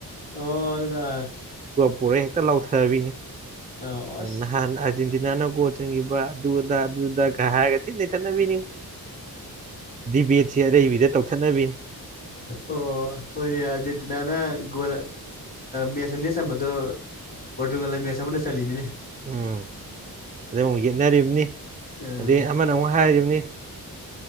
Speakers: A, on the left (about 25°); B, on the right (about 20°).
A: ꯑꯣ ꯑꯗꯨꯗ
B: ꯄꯨꯔꯩ ꯍꯦꯛꯇ ꯂꯧꯊ ꯍꯥꯏꯕꯤꯅꯤ
A: ꯑꯣꯁ
B: ꯅꯍ ꯑꯖꯤ ꯅꯥꯅ ꯀꯣ ꯆꯪꯈꯤꯕ ꯑꯗꯨꯗ ꯑꯗꯨꯗꯒ ꯍꯥꯏꯔꯒ ꯊꯤꯅ ꯊꯠꯅꯕꯤꯅꯤ ꯗꯤꯕꯦꯠꯁꯦ ꯑꯔꯩꯕꯤꯗ ꯇꯧ ꯊꯅꯕꯤꯅꯤ
A: ꯑꯣ ꯍꯣꯏꯅꯦ ꯑꯥꯔꯖꯦꯟꯇꯤꯅꯥꯅꯒꯣ ꯃꯦꯠꯁ ꯑꯅꯤꯅ ꯆꯝꯕꯗꯣ ꯄꯣꯔꯇꯨꯒꯜꯗ ꯃꯦꯠꯁ ꯑꯃꯗ ꯆꯜꯂꯤꯠꯃꯤꯅꯦ
B: ꯎꯝ ꯑꯗꯩ ꯑꯃꯨꯛ ꯌꯦꯠꯅꯔꯤꯕꯅꯤ
A: ꯑꯥ
B: ꯑꯗꯩ ꯑꯃꯅ ꯑꯃꯨꯛ ꯍꯥꯏꯔꯤꯕꯅꯤ <inaudible>